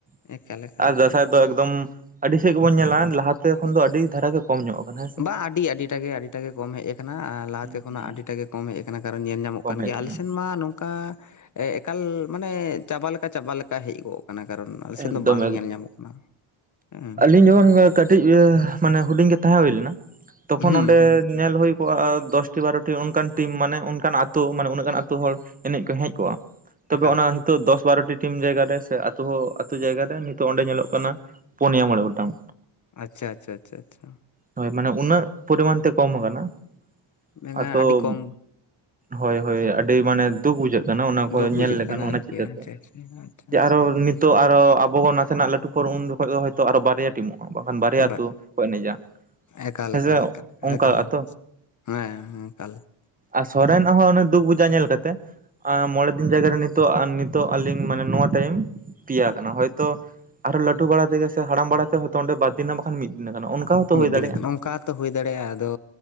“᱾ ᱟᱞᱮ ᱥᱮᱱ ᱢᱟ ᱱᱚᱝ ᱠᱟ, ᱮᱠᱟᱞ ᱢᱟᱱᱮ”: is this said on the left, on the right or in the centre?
Left